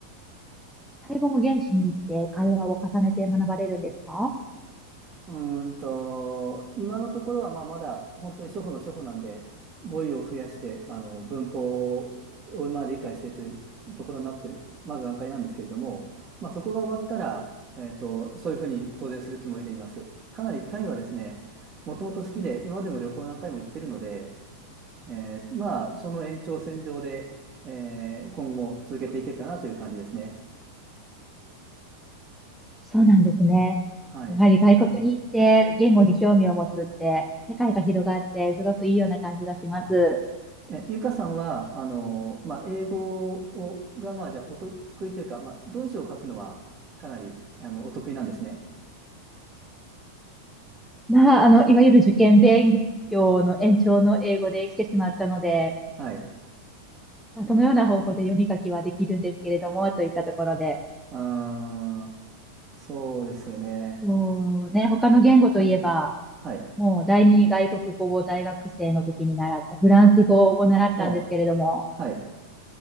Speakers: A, in the centre; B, on the right.
A: タイ語も現地に行って会話を重ねて学ばれるんですか
B: うーんと、今のところはまあまだ本当に初歩の初歩なんで、語彙を増やして、あの、文法をまあ理解してというところになってる、まだ段階なんですけれども、まあそこが終わったら、えっと、そういうふうに当然するつもりでいます。かなりタイはですね、もともと好きで、
A: え
B: 今でも旅行何回も行ってるので、えーまあその延長線上で、えー今後も続けていけるかなという感じですね。
A: そうなんですね。
B: はい。
A: やはり外国に行って言語に興味を持つって、
B: あ、
A: 世界が広がって、すごくいいような感じがします。
B: あえ、ゆかさんは、あの、まあ、英語を、が、まあ、じゃあ、お得意というか、まあ、文章を書くのは、かなり、あの、お得意なんですね。
A: まあ、あの、いわゆる受験勉強の延長の英語で来てしまったので、
B: はい。
A: まあそのような方法で読み書きはできるんですけれども、といったところで、
B: あー、そうですよね。
A: こうね、他の言語といえば、
B: あ、はい。
A: もう第二外国語を大学生の時に習ったフランス語を習ったんですけれども、
B: お、はい。